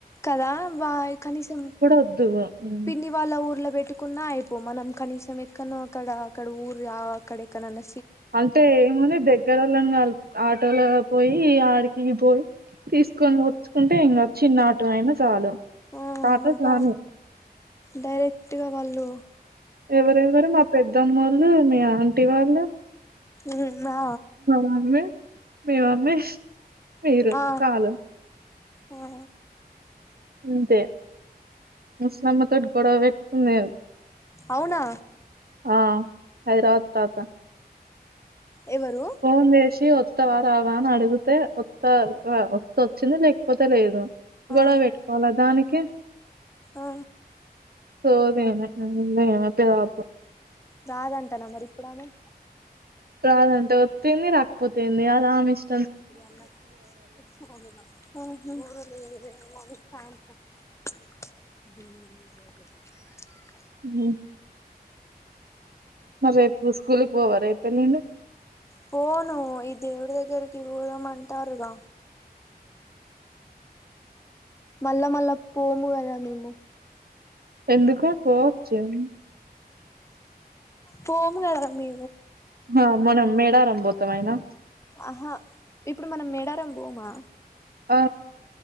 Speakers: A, on the left (about 15°); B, on the right (about 70°).
A: కదా వా కనీసం
B: వద్దు హ్మ్.
A: పిన్ని వాళ్ళ ఊర్లో పెట్ పెట్టుకున్నా అయిపో మనం కనీసం ఎక్కడ్నో అక్కడా అక్కడ ఊరులా అక్కడ ఎక్కడన్న
B: అంటే ఏమని దగ్గరోళ్ళని కల్ప్ ఆటోలో పోయి ఈ ఆడికి పోయి తీసుకొని వచ్చుకుంటే ఇంగా చిన్న ఆటో అయినా చాలు.
A: ఆ
B: ఒక ఆటో
A: అదా
B: చాలు
A: డైరెక్ట్గా వాళ్ళూ.
B: ఎవరెవరు మా పెద్దమ్మల్. మీ ఆంటీ వాళ్ళ
A: ఉన్నా
B: మమ్మీ మీ మమ్మీ మీరు
A: ఆ
B: చాలు
A: ఆ
B: అంతే ముస్లమ్మా తోటి గొడవ పెట్టుకుంది
A: అవునా
B: ఆ హైదరాబాద్ తాత.
A: ఎవరు
B: ఫోన్ చేశీ ఒత్ వస్తవా రావా అని అడుగుతే వత్తా వస్తే వచ్చింది లేకపోతే లేదు.
A: ఆ
B: గొడవ పెట్టుకోవాలా దానిక్ ఒకే
A: ఆ
B: సోదీ నాక్ <unintelligible> తెల్వద్ పో
A: రాదంటనా మరి ఇప్పుడామే.
B: రాదంట వత్తేంది రాకపోతేంది అది ఆమె ఇష్ట్
A: ఆహా సాయంత్రం
B: ఊ మరి రేపు స్కూలుక్ పోవా రేపు ఎల్లుండి.
A: పోనూ ఈ దేవుడి దగ్గరికి పోదామ్ అంటారుగా. మళ్ళ మళ్ళ పోము కదా. లేము
B: ఎందుకు పోవచ్చు ఏముంది.
A: పోము కదా మే
B: మన మనం మేడారం బోత్ త్తమైనా
A: ఆహా ఇప్పుడు మనం మెడారం బోమా.
B: అ